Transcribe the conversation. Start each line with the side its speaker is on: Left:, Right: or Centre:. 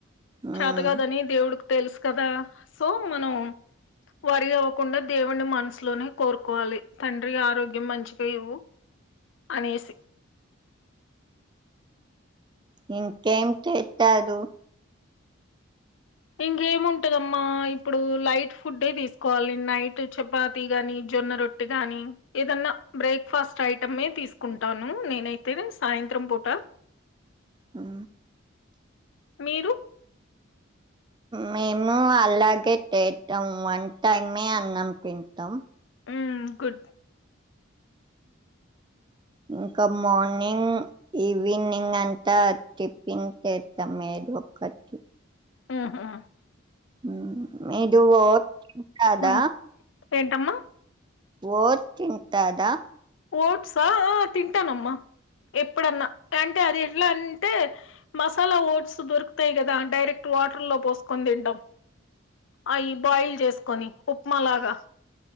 Right: మ్మ్
Left: చేతగాదనీ దేవుడుక్ తెలుసు కదా సో మనం వర్రీ అవ్వకుండా దేవుని మనసులోనే కోరుకోవాలి. తండ్రి ఆరోగ్యం మంచి గఇవ్వు అనేసి
Right: ఇంకేం చేతారు.
Left: ఇంకేముంటదమ్మా ఇప్పుడూ లైట్ ఫుడ్డే తీసుకోవాలి. నైట్ చపాతి గానీ, జొన్న రొట్టి గానీ, ఏదన్నా బ్రేక్ఫాస్ట్ ఐటమ్ ఏ తీసుకుంటానూ. నేనైతే సాయంత్రం పూట
Right: హా
Left: మీరు
Right: మేము అలాగే తీటాం వన్ టైమే అన్నం తింటాం.
Left: ఊ గుడ్
Right: ఇంకా మార్నింగ్ ఈవినింగ్ అంతా టిఫిన్ తిటాం ఏధోకటి.
Left: ఆహా
Right: మీరూ ఓ <inaudible> తింటాదా
Left: మ్. ఏంటమ్మా
Right: ఓట్ తింటాదా
Left: ఓట్సా ఆ తింటానమ్మా ఎప్పుడన్నా టైం అది ఎట్లా అంటే మసాలా ఓట్స్ దొరుకుతాయి కదా డైరెక్ట్ వాటర్ లో పోసుకొని తింటాం అవి బాయిల్ చేసుకొని ఉప్మాలాగా